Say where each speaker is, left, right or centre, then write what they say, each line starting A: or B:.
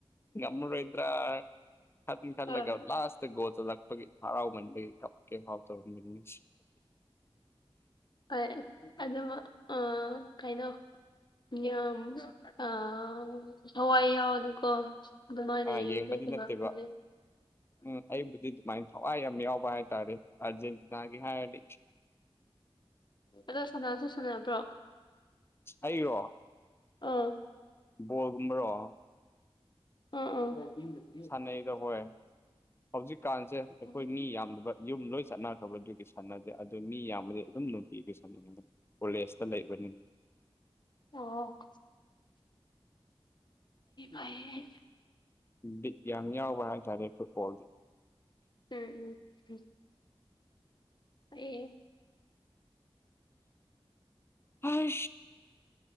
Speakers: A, on the left; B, on the left.
A: ꯝꯔ ꯏꯗ꯭ꯔꯥ ꯈ
B: ꯎꯝ.
A: ꯈꯂꯒ ꯂꯥꯁꯇ ꯒꯁꯗꯛꯄꯒꯤ ꯍꯔꯥꯎꯃꯟꯕꯩ ꯀꯞꯀꯦ ꯍꯔꯥꯎ ꯇꯧꯔꯝꯃꯤꯅꯤ
B: ꯍꯣꯏ ꯑꯗꯨꯝ ꯑ ꯀꯩꯅꯣ ꯌꯥꯝ ꯑ ꯍꯋꯥꯏ ꯌꯥꯎꯗꯀꯣ ꯑꯗꯨ ꯃꯥꯥꯏꯅ
A: ꯑꯥ
B: ꯂꯩ
A: ꯌꯦꯡꯕꯗꯤ ꯅꯠꯇꯦꯕ
B: ꯂꯂꯦ
A: ꯎꯝ ꯑꯩꯕꯨꯗꯤ ꯑꯗꯨꯃꯥꯏꯅ ꯊꯋꯥꯏ ꯌꯥꯝ ꯌꯥꯎꯕ ꯍꯥꯏꯇꯥꯔꯦ ꯑꯥꯔꯖꯦꯟꯇꯤꯅꯥꯒꯤ ꯍꯥꯏꯔꯗꯤ
B: ꯍꯜꯂꯣ ꯁꯅꯥꯁꯨ ꯁꯅꯥꯕ꯭ꯔꯣ
A: ꯑꯩꯔꯣ
B: ꯑꯥ
A: ꯕꯣꯜꯒꯨꯝꯕꯔꯣ
B: ꯑ ꯑ
A: ꯁꯥꯟꯅꯩꯗ ꯍꯣꯏ ꯍꯧꯖꯤꯛꯀꯥꯟꯁꯦ ꯑꯩꯈꯣꯏ
B: ꯑꯣ
A: ꯃꯤ ꯌꯥꯝꯗꯕ ꯌꯨꯝ ꯂꯣꯏ ꯆꯠꯅꯈ꯭ꯔꯕ ꯑꯗꯨꯒꯤ ꯁꯥꯟꯅꯗꯦ ꯑꯗꯨ ꯃꯤ ꯌꯥꯝꯕꯗꯤ ꯑꯗꯨꯝ ꯅꯨꯡꯄꯤꯒꯤ ꯁꯟ ꯀꯣꯂꯦꯖꯇ ꯂꯩꯕꯅꯤꯅꯦ
B: ꯑꯣ ꯑꯩ
A: ꯗꯤ ꯌꯥꯝ ꯌꯥꯎꯕ ꯍꯥꯏꯇꯥꯔꯦ ꯐꯨꯠꯕꯣꯜꯗꯤ
B: ꯐꯩꯌꯦ ꯎꯝ ꯎꯝ ꯎꯝ ꯑꯦ
A: ꯑ